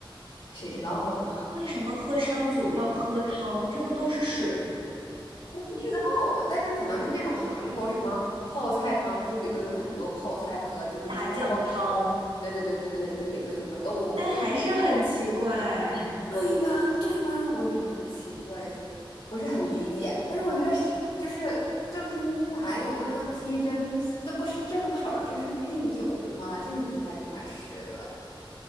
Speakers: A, on the left (about 80°); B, on the right (about 90°).
A: 谁知道呢？
B: 为什么喝烧酒要喝汤？这不都是水吗？
A: 我不知道啊，但是可能是那种韩国什么泡菜汤，就里头有很多泡菜和就是猪肉。
B: 大酱汤，
A: 对对对对对，就里头有什么豆腐，
B: 但还是很奇怪。
A: 对吧？对吧？我也觉得很奇怪，不是很理解。而且我觉得是就是正新鸡排有那个鸡胗，这不是正好儿就是配酒了吗？就是应该这么吃的。